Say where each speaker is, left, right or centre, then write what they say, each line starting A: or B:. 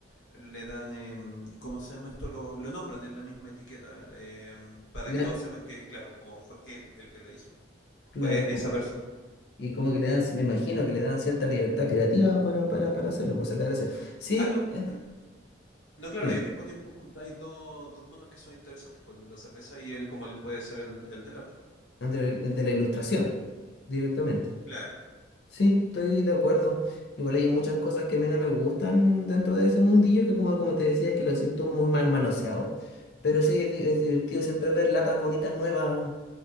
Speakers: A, on the left; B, on the left.
A: le dan, em, ¿cómo se llama esto? Lo, lo nombran en la misma etiqueta, em, para
B: le-
A: que todos sepan que, claro, como fue él el que la hizo
B: claro,
A: fue
B: como-
A: esa persona.
B: Y como que le dan, me imagino que le dan cierta libertad creativa para, para, para hacerlo, pues esa es la gracia. Sí,
A: Ah, no,
B: eh,
A: n- no, claro,
B: dime,
A: y al mismo tiempo juntáis dos, dos mundos que son interesantes, pues el de la cerveza y el como el puede ser el, el del arte.
B: el de, el de la ilustración, directamente.
A: Claro,
B: Sí, estoy de acuerdo. Igual hay muchas cosas que a mí no me gustan dentro de ese mundillo, que como, como te decía, que lo siento muy mal manoseado. Pero sí, es, di- es divertido siempre ver latas bonitas nuevas